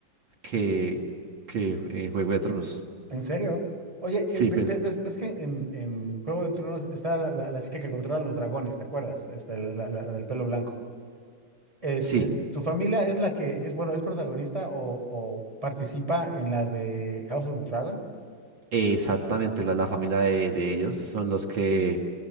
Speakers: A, on the right; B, on the right.
A: que, que eh, Juego de Tronos.
B: serio? Oye,
A: Sí,
B: eh, ve-
A: pues,
B: ve- ves, ves que en, en Juego de Tronos está la, la- la chica que controla los dragones, ¿te acuerdas? Esta, la, la- la del pelo blanco. Este,
A: sí,
B: su familia es la que es, bueno, es protagonista o, o participa en la de House of the Dragon.
A: exactamente, la, la familia de, de ellos son los que,